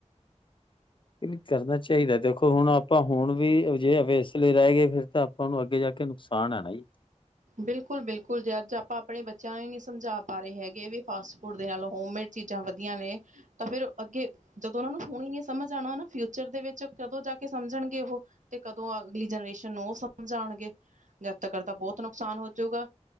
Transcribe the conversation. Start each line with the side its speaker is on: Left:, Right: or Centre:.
Left: ਨਹੀਂ ਕਰਨਾ ਚਾਹੀਦਾ ਦੇਖੋ ਹੁਣ ਆਪਾਂ ਹੁਣ ਵੀ ਅਜਿਹੇ ਵੇ ਇਸ ਰਹਿ ਗਏ ਫਿਰ ਤਾਂ ਆਪਾਂ ਨੂੰ ਅੱਗੇ ਜਾ ਕੇ ਨੁਕਸ ਪਾਣਾ ਬਈ।
Right: ਬਿਲਕੁਲ- ਬਿਲਕੁਲ ਜੇ ਅੱਜ ਆਪਾਂ ਆਪਣੇ ਬੱਚਿਆਂ ਨੂੰ ਨੀ ਸਮਝਾ ਪਾ ਰਹੇ ਹੈਗੇ ਵੀ ਫਾਸਟ ਫੂਡ ਦੇ ਨਾਲ ਹੋਮੇਡ ਚੀਜ਼ਾਂ ਵਧੀਆ ਨੇ ਤਾਂ ਫਿਰ ਅੱਗੇ ਜਦੋਂ ਉਹਨਾਂ ਨੂੰ ਹੁਣ ਨੀ ਸਮਝ ਆਣਾ ਨਾ ਫਿਊਚਰ ਦੇ ਵਿੱਚ ਕਦੋਂ ਜਾ ਕੇ ਸਮਝਣਗੇ, ਉਹ ਤੇ ਕਦੋਂ ਅਗਲੀ ਜਨਰੇਸ਼ਨ ਨੂੰ ਉਹ ਸਮਝਾਣਗੇ ਜਦ ਤੱਕ ਤਾਂ ਬਹੁਤ ਨੁਕਸਾਨ ਹੋਜੂਗਾ